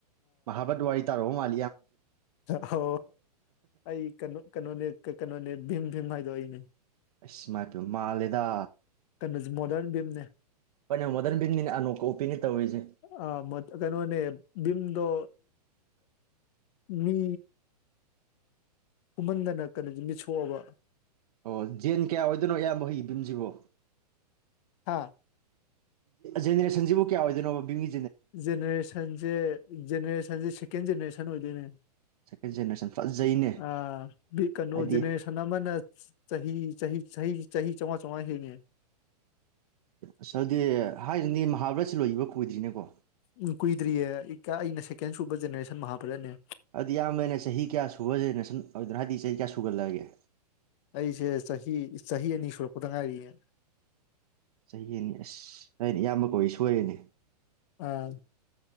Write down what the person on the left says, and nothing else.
ꯍ ꯑꯩ ꯀꯩꯅꯣ ꯀꯩꯅꯣꯅꯦ ꯀꯩꯅꯣꯅꯦ ꯕꯤꯝꯅꯦ ꯕꯤꯝ ꯍꯥꯏꯗꯣ ꯑꯩꯅꯦ
<unintelligible> ꯃꯣꯗꯟ ꯕꯤꯝꯅꯦ
ꯑ ꯃ ꯀꯩꯅꯣꯅꯦ ꯕꯤꯝꯗꯣ ꯃꯤ ꯀꯨꯝꯃꯟꯗꯅ ꯀꯩꯅꯣ ꯃꯤꯠ ꯁꯣꯛꯑꯕ
ꯍꯥꯥ
ꯖꯅꯦꯔꯦꯁꯟꯁꯦ ꯖꯅꯦꯔꯦꯁꯟ ꯁꯤꯀꯦꯟ ꯖꯅꯦꯔꯦꯁꯟ ꯑꯣꯏꯗꯣꯏꯅꯦ
ꯑ ꯀꯩꯅꯣꯖꯅꯦꯁꯅ
ꯑꯃꯅ ꯆꯍꯤ ꯆꯍꯤ ꯆꯍꯤ ꯆꯥꯎꯉꯥ ꯆꯥꯎꯉꯥ ꯍꯤꯡꯉꯦ
ꯎꯝ ꯀꯨꯏꯗ꯭ꯔꯤꯌꯦ ꯑꯩꯅ ꯁꯦꯀꯦꯟ ꯁꯨꯕ ꯖꯦꯅꯦꯔꯦꯁꯟ ꯃꯍꯥꯄꯔꯠꯅꯦ
ꯑꯩꯁꯦ ꯆꯍꯤ ꯆꯍꯤ ꯑꯅꯤ ꯁꯨꯔꯛꯄꯗ ꯉꯥꯏꯔꯤꯌꯦ
ꯑꯥ